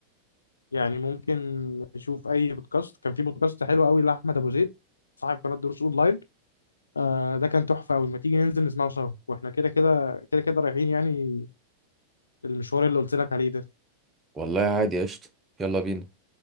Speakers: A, on the left; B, on the right.
A: يعني ممكن نشوف اي بودكاست كان في بودكاست حلو قوي لاحمد ابو زيد صاحب قناة دروس اونلاين آه ده كان تحفة قوي ما تيجي ننزل نسمعه سوا واحنا كده كده كده كده رايحين يعني المشوار اللي قلت لك عليه ده
B: والله عادي قشطه يلا بينا